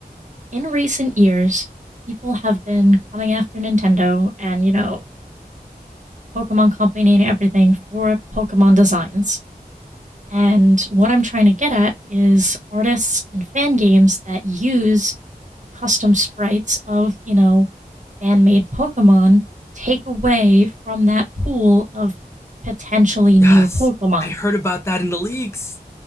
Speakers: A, on the right; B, on the left.
A: in recent years, people have been coming after Nintendo and, you know, Pokemon Company and everything for Pokemon designs. And what I'm trying to get at is artists and fan games that use custom sprites of, you know, fan made Pokemon take away from that pool of potentially new
B: Yes,
A: Pokemon.
B: I heard about that in the leaks.